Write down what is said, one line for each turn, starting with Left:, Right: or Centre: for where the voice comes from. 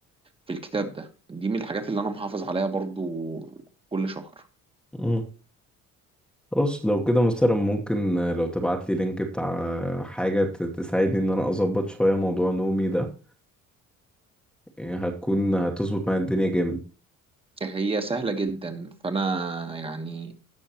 Right: في الكتاب ده دي من الحاجات اللي انا محافظ عليها برضو كل شهر
Centre: مم. خلاص لو كده مثلا ممكن آه، لو تبعت لي لينك بتاع آه، حاجة ت- تساعدني إن أنا أظبط شوية موضوع نومي ده يعني هتكون هتظبط معايا الدنيا جامد
Right: هي سهلة جدا فأنا يعني